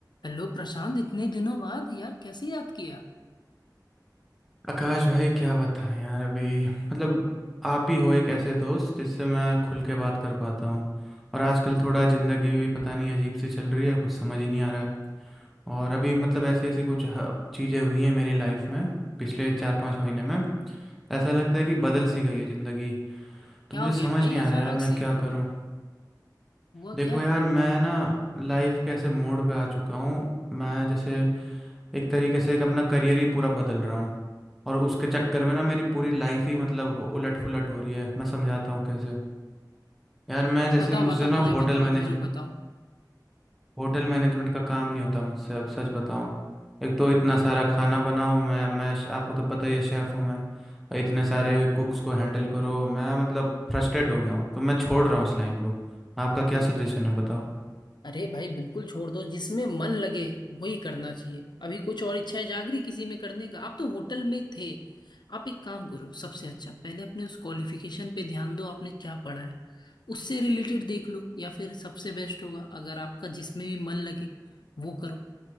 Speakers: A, on the left (about 80°); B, in the centre.
A: हेलो प्रशांत इतने दिनों बाद यार कैसे याद किया
B: आकाश भाई क्या बताएं यार अभी मतलब आप ही हो एक ऐसे दोस्त जिससे मैं खुल के बात कर पाता हूँ और आजकल थोड़ा ज़िंदगी भी पता नहीं अजीब सी चल रही है कुछ समझ ही नहीं आ रहा है और अभी मतलब ऐसी ऐसी कुछ चीज़ें हुई हैं मेरी लाइफ में पिछले चार पाँच महीने में ऐसा लगता है कि बदल सी गई है ज़िंदगी तो
A: क्या
B: मुझे
A: हो
B: समझ
A: गया भाई
B: नहीं आ
A: अचानक
B: रहा है यार मैं
A: से
B: क्या करूँ
A: हुआ
B: देखो
A: क्या
B: यार मैं ना लाइफ के ऐसे मोड़ पे आ चुका हूँ मैं जैसे एक तरीके से एक अपना करियर ही पूरा बदल रहा हूँ और उसके चक्कर में ना मेरी पूरी लाइफ ही मतलब उलट पुलट हो रही है मैं समझाता हूँ कैसे यार मैं जैसे
A: बताओ
B: मुझसे
A: बताओ
B: ना
A: मुझे
B: होटल
A: बताओ
B: मैनेज
A: जरूर बताओ
B: होटल मैनेजमेंट का काम नहीं होता मुझसे अब सच बताऊँ एक तो इतना सारा खाना बनाओ मैं मैं आपको तो पता ही है शेफ़ हूँ मैं और इतने सारे कुक्स को हैंडल करो मैं मतलब फ्रस्ट्रेट हो गया हूँ तो मैं छोड़ रहा हूँ इस लाइन को आपका क्या सजेशन है बताओ
A: अरे भाई बिल्कुल छोड़ दो जिसमें मन लगे वही करना चाहिए अभी कुछ और इच्छाएं जाग रही किसी में करने का आप तो होटल में थे आप एक काम करो सबसे अच्छा पहले अपने उस क्वालिफिकेशन पे ध्यान दो आपने क्या पढ़ा है उससे रिलेटेड देख लो या फिर सबसे बेस्ट होगा अगर आपका जिसमें भी मन लगे वो करो